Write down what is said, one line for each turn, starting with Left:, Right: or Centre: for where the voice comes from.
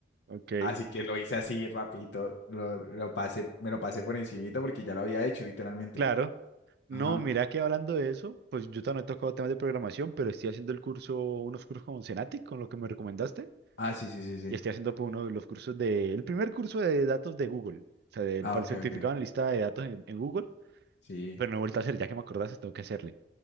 Right: ok,
Left: Así que lo hice así rapidito, lo, lo pasé, me lo pasé por encimita porque ya lo había hecho literalmente.
Right: claro. No,
Left: Ajá.
Right: mira que hablando de eso, pues yo también he tocado temas de programación, pero estoy haciendo el curso, unos cursos con Senatic, con lo que me recomendaste,
Left: Ah, sí, sí, sí, sí.
Right: y estoy haciendo pues, uno de los cursos de, el primer curso de datos de Google, o sea, del,
Left: Ah,
Right: para
Left: ok,
Right: el certificado
Left: ok.
Right: en lista de datos en, en Google,
Left: Sí.
Right: pero no he vuelto a hacer, ya que me acordaste, tengo que hacerle.